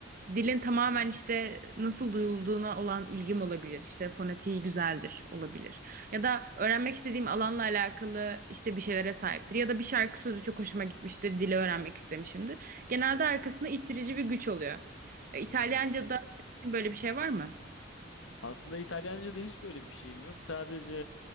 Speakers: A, on the right (about 45°); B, on the left (about 75°).
A: dilin tamamen işte nasıl duyulduğuna olan ilgim olabilir. İşte fonetiği güzeldir olabilir. Ya da öğrenmek istediğim alanla alakalı işte bir şeylere sahiptir. Ya da bir şarkı sözü çok hoşuma gitmiştir, dili öğrenmek istemişimdir. Genelde arkasında ittirici bir güç oluyor. E, İtalyanca'da
B: Hı hı.
A: Böyle bir şey var mı?
B: Aslında İtalyanca'da hiç böyle bir şeyim yok. Sadece